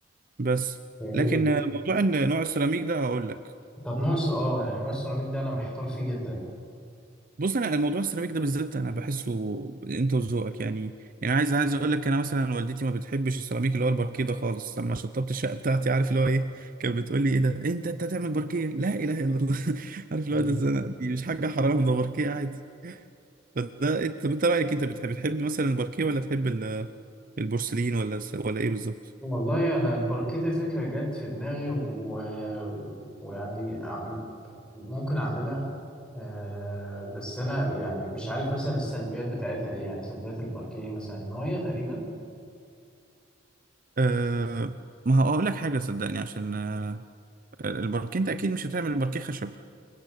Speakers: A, on the right; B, in the centre.
A: بس
B: مم.
A: لكن آه، موضوع ان نوع السيراميك ده اقول لك
B: طب ناقص اه يعني ناقص السيراميك ده انا محتار فيه جدا
A: بص انا الموضوع السيراميك ده بالذات انا بحسه انت وذوقك يعني يعني عايز عايز اقول لك انا مثلا والدتي ما بتحبش السيراميك اللي هو الباركيه ده خالص لما شطبت الشقه بتاعتي عارف اللي هو ايه كانت بتقول لي ايه ده إيه انت انت تعمل باركيه لا اله الا الله <laughs> عارف اللي
B: مم.
A: هو ده زنا. دي مش حاجه حرام ده باركيه عادي فده انت انت رايك انت بتحب تحب مثلا الباركيه ولا تحب ال- البورسلين ولا الس- ولا ايه بالظبط
B: والله انا الباركيه دي فكره جت في دماغي و... ويعني عم- ممكن اعملها آه بس انا يعني مش عارف مثلا السلبيات بتاعتها ايه يعني سلبيات الباركيه مثلا الميه تقريبا
A: أه ما هقول لك حاجه صدقني عشان آه، الباركيه انت اكيد مش هتعمل الباركيه خشب